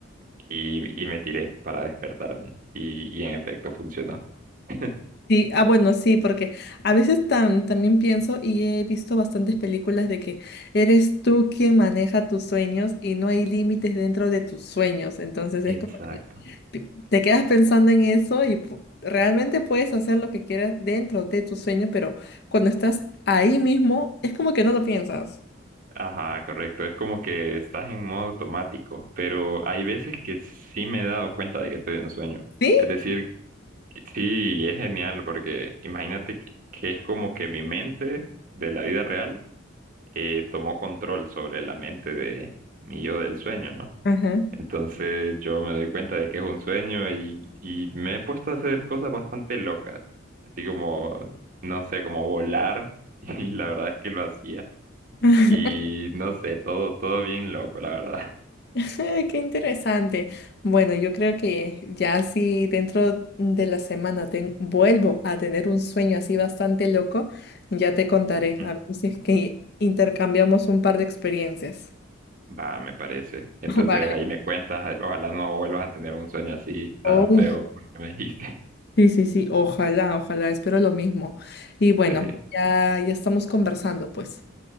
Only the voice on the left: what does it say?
Sí, ah, bueno, sí, porque a veces tan, también pienso y he visto bastantes películas de que eres tú quien maneja tus sueños y no hay límites dentro de tus sueños. Entonces es
como que te te quedas pensando en eso y pu- realmente puedes hacer lo que quieras dentro de tu sueño, pero cuando estás ahí mismo es como que no lo piensas.
¿Sí?
Ajá.
<laughs>
Eh, Qué interesante. Bueno, yo creo
que ya si dentro de la semana ten- vuelvo a tener un sueño así bastante loco, ya te contaré.
A ver si es que intercambiamos un par de experiencias.
<laughs> Vale.
Uy,
sí, sí, sí. Ojalá, ojalá. Espero lo mismo. Y bueno,
ya, ya estamos conversando, pues.